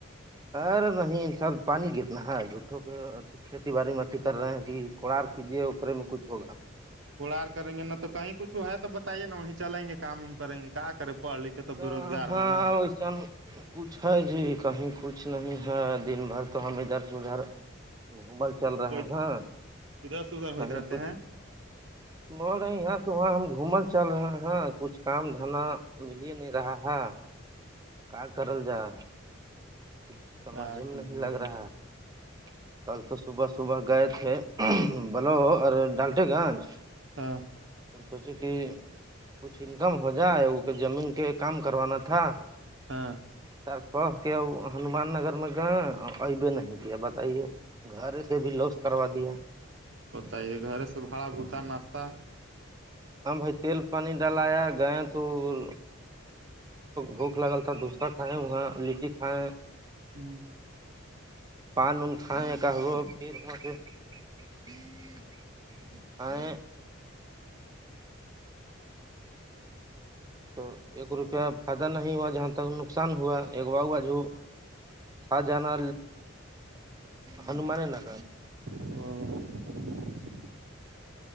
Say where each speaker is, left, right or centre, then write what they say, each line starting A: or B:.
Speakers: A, on the right (about 20°); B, on the right (about 65°).
A: ارے نہیں ان شاء پانی گرنا ہے جھوٹوں کے ا کھیتی باڑی میں اھی کر رہے ہیں کہ کوڑاار کیجیے اکے میں کچھ ہوگا
B: پڑار کریں گے نہ تو کہیں کچھ ہے تو بتائیے نا وہیں چلیں گے کام وم کریں گے کیا کریں پڑھ لکھے تو
A: ہ
B: بے روزگار
A: ہاں
B: ہوگا
A: ویسن کچھ ہے جی کہیں کچھ نہیں ہے دن بھر تو ہم ادھر سے ادھر گھومل چل رہے
B: کوئی
A: ہیں
B: ادھر س ہوئیت
A: کہیں
B: رہتے
A: کچھ
B: ہیں
A: بول رہے یہاں سے وہاں ہم گھومل چل رہے ہیں کچھ کام دھندہ ملے نہیں رہا ہے کیا کرل جائے کچھ سمجھ
B: کیا
A: میں
B: کیجیے
A: نہیں لگ رہا
B: گا
A: ہے کل تو صبح صبح گئے تھے بولو ارے ڈالٹے گنج
B: ہاں
A: ان کو سے کہ کچھ انکم ہو جائے کہ زمین کے کام کروانا تھا
B: ہاں
A: سر کہ کے ہنومان نگر میں گا اب نہیں کیا بتائیے گھر سے بھی لاس کروا دیا
B: بتائیے گھرے سے بھاڑا بھتا ناشہ
A: ہ بھائی تیل پانی ڈالیا گئے تور بھوک لگل تھا دسر کھائے وہاں لٹی کھائے
B: ہوں
A: پان ون کھائیں کہبو پھر وہاں سے <unintelligible> تو ایک روپیہ فائدہ نہیں ہوا جہاں تک نقصان ہوا ایک واؤ بج ہو آ جانا ہنمان نگا
B: اور